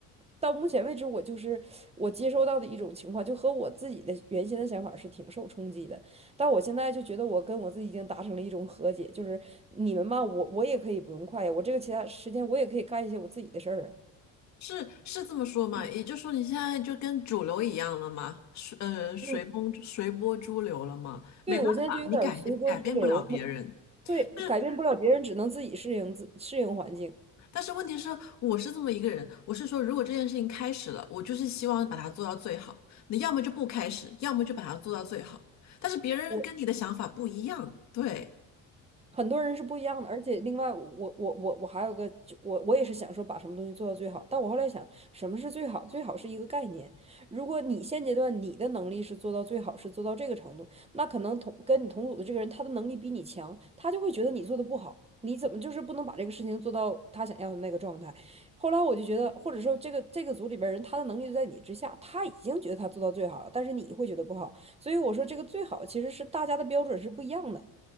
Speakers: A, on the right; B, on the left.
A: 到目前为止，我就是我接收到的一种情况，就和我自己的原先的想法是挺受冲击的。但我现在就觉得我跟我自己已经达成了一种和解，就是你们嘛，我我也可以不用快呀，我这个其他时间我也可以干一些我自己的事儿啊。
B: 是是这么说嘛？
A: 嗯，
B: 也就是说，你现在就跟主流一样了嘛，随呃随风随波逐流了嘛，
A: 嗯对，
B: 没办法，
A: 我现在就有点儿随波逐流，
B: 你改改变不了别人。
A: 没，对，
B: 但是
A: 我改变不了别人，只能自己适应自适应环境。
B: 但是问题是，我是这么一个人，我是说，如果这件事情开始了，我就是希望把它做到最好。你要么就不开始，要么就把它做到最好。但是别人跟你的想法不一样，
A: 我。
B: 对。
A: 很多人是不一样的，而且另外我我我我还有个就我我也是想说把什么东西做到最好，但我后来想什么是最好？最好是一个概念。如果你现阶段你的能力是做到最好，是做到这个程度，那可能同跟你同组的这个人他的能力比你强，他就会觉得你做的不好，你怎么就是不能把这个事情做到他想要的那个状态？后来我就觉得，或者说这个这个组里边人他的能力就在你之下，他已经觉得他做到最好了，但是你会觉得不好，所以我说这个最好其实是大家的标准是不一样的。